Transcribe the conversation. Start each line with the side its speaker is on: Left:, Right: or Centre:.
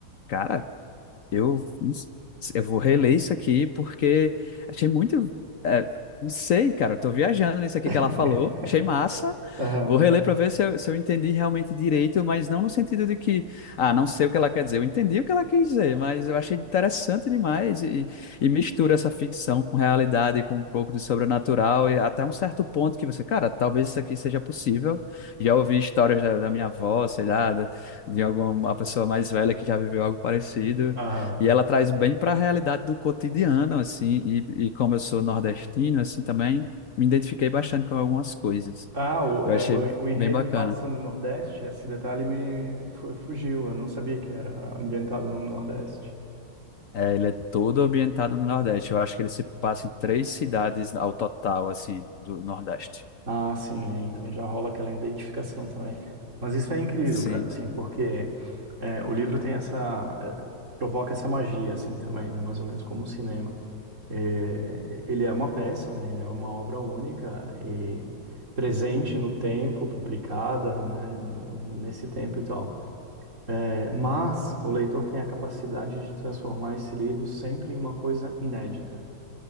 Left: Cara, eu, não s- eu vou reler isso aqui porque achei muito. é, não sei, cara, eu tô viajando nisso aqui
Right: <laughs>
Left: que ela falou, achei massa.
Right: Aham.
Left: Vou reler para ver se eu, se eu entendi realmente direito, mas não no sentido de que, ah, não sei o que ela quer dizer. Eu entendi o que ela quis dizer, mas eu achei interessante demais e, e mistura essa ficção com realidade, com um pouco de sobrenatural e até um certo ponto que você, cara, talvez isso aqui seja possível. Já ouvi histórias da, da minha avó, sei lá, da- de alguma pessoa mais velha que já viveu algo parecido.
Right: Aham.
Left: E ela traz bem para a realidade do cotidiano, assim, e, e como eu sou nordestino, assim, também me identifiquei bastante com algumas coisas.
Right: Ah, o,
Left: Eu
Right: é,
Left: achei
Right: o, o enredo
Left: bem bacana.
Right: passa no Nordeste, esse detalhe me fu- fugiu, eu não sabia que era ambientado no Nordeste.
Left: É, ele é todo ambientado no Nordeste. Eu acho que ele se passa em três cidades ao total, assim, do Nordeste.
Right: Ah, sim, é, então já rola aquela identificação também. Mas isso é incrível,
Left: Sim.
Right: cara, assim,
Left: sim.
Right: porque é, o livro tem essa. é, provoca essa magia, assim, também, né? Mais ou menos como o cinema. É, ele é uma peça, né? Ele é uma obra única e presente no tempo, publicada, né? na- Nesse tempo e tal. É, mas o leitor tem a capacidade de transformar esse livro sempre em uma coisa inédita.